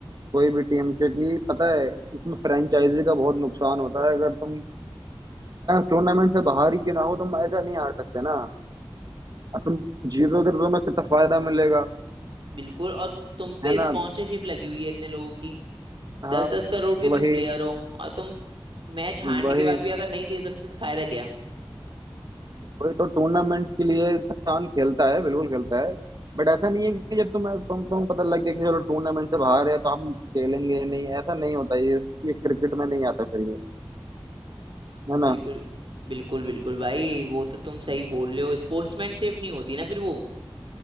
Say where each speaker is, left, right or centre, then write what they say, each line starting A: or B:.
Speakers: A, on the right; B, on the right.
A: कोई भी टीम क्योंकि पता है इसमें फ्रेंचाइजी का बहुत नुकसान होता है अगर तुम टूर्नामेंट से बाहर ही क्यों ना हो तुम ऐसा नहीं हार सकते ना अब तुम जीतोगे तो तुम्हें कितना फायदा मिलेगा
B: बिल्कुल और तुम पे
A: है ना
B: स्पॉन्सरशिप लगी हुई है इतने लोगों की
A: हाँ
B: दस दस करोड़ के
A: वही
B: तुम प्लेयर हो और तुम मैच हारने
A: वही
B: के बाद भी अगर नहीं दे सकते तो फायदा क्या
A: वही तो टूर्नामेंट के लिए इंसान खेलता है बिल्कुल खेलता है बट ऐसा नहीं है कि जब तुम्हें तुम तुम पता लग गया कि चलो टूर्नामेंट से बाहर है तो हम खेलेंगे नहीं ऐसा नहीं होता ये ये क्रिकेट में नहीं आता फिर ये है ना
B: बिल्कुल बिल्कुल बिल्कुल भाई वो तो तुम सही बोल रहे हो स्पोर्ट्समैन सेफ नहीं होती ना फिर वो